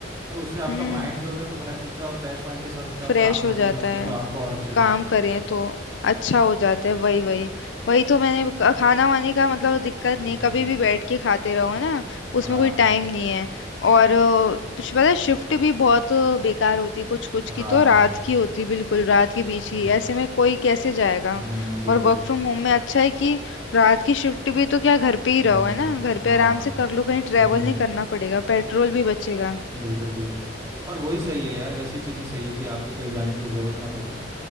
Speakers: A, on the right; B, on the left.
A: तो
B: हम्म
A: उससे आपका माइंड जो होता है ना फ्रेश हो जाता है और फ्रेश माइंड के साथ फिर आप
B: फ्रेश
A: काम
B: हो
A: करने
B: जाता
A: बैठते
B: है
A: हो तो आपको और अच्छे से
B: काम
A: काम होता
B: करें
A: है
B: तो अच्छा हो
A: हम्म
B: जाता है वही वही वही तो मैंने क- खाना वाने का मतलब दिक्कत नहीं
A: हम्म
B: कभी भी बैठ के खाते रहो है ना
A: हाँ
B: उसमें कोई टाइम नहीं है और अ, कुछ पता है शिफ्ट भी बहुत बेकार होती है, कुछ कुछ
A: हाँ
B: की तो रात की होती बिल्कुल रात के बीच
A: हम्म
B: की ऐसे में कोई कैसे जाएगा
A: हम्म बिल्कुल
B: और वर्क फ्रॉम होम में अच्छा है कि रात की शिफ्ट भी तो क्या घर पे ही
A: हम्म
B: रहो है ना घर पे
A: हाँ
B: आराम से कर लो कहीं ट्रेवल
A: हम्म हम्म।
B: नहीं करना पड़ेगा पेट्रोल भी बचेगा
A: बिल्कुल बिल्कुल और वही सही है यार वैसी चीज़ ही सही है कि आपको कहीं जाने की ज़रूरत ना पड़े